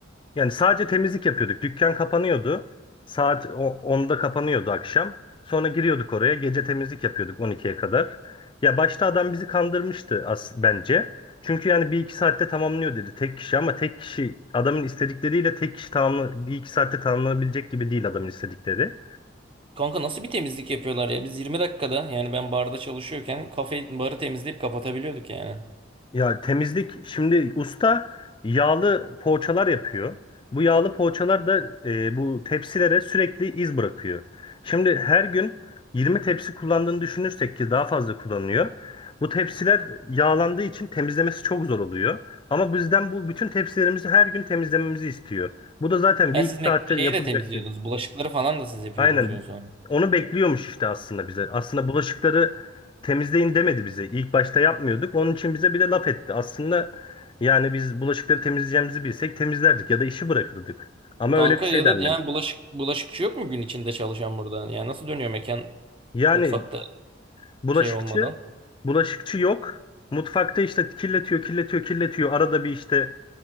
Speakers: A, on the left (about 25°); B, on the right (about 30°).
A: Yani sadece temizlik yapıyorduk. Dükkan kapanıyordu. Saat o- 10'da kapanıyordu akşam. Sonra giriyorduk oraya. Gece temizlik yapıyorduk 12'ye kadar. Ya başta adam bizi kandırmıştı as bence. Çünkü yani bir iki saatte tamamlıyor dedi tek kişi ama tek kişi adamın istedikleriyle tek kişi tamamla bir iki saatte tamamlanabilecek gibi değil adamın istedikleri.
B: Kanka nasıl bir temizlik yapıyorlar ya? Biz 20 dakikada yani ben barda çalışıyorken kafeyi barı temizleyip kapatabiliyorduk yani.
A: Ya temizlik şimdi usta yağlı poğaçalar yapıyor. Bu yağlı poğaçalar da e, bu tepsilere sürekli iz bırakıyor. Şimdi her gün 20 tepsi kullandığını düşünürsek ki daha fazla kullanıyor. Bu tepsiler yağlandığı için temizlemesi çok zor oluyor. Ama bizden bu bütün tepsilerimizi her gün temizlememizi istiyor. Bu da zaten
B: Ya
A: bir iki
B: siz mek-
A: saatte
B: şeyi
A: yapılacak
B: de temizliyordunuz.
A: şey
B: Bulaşıkları falan da siz yapıyordunuz
A: Aynen.
B: gün sonra.
A: Onu bekliyormuş işte aslında bize. Aslında bulaşıkları temizleyin demedi bize. İlk başta yapmıyorduk. Onun için bize bir de laf etti. Aslında yani biz bulaşıkları temizleyeceğimizi bilsek temizlerdik ya da işi bırakırdık. Ama
B: Kanka
A: öyle bir şey
B: ya
A: denmedi.
B: da yani bulaşık bulaşıkçı yok mu gün içinde çalışan burada? Yani nasıl dönüyor mekan
A: Yani
B: mutfakta?
A: bulaşıkçı,
B: şey olmadan.
A: bulaşıkçı yok. Mutfakta işte kirletiyor, kirletiyor, kirletiyor. Arada bir işte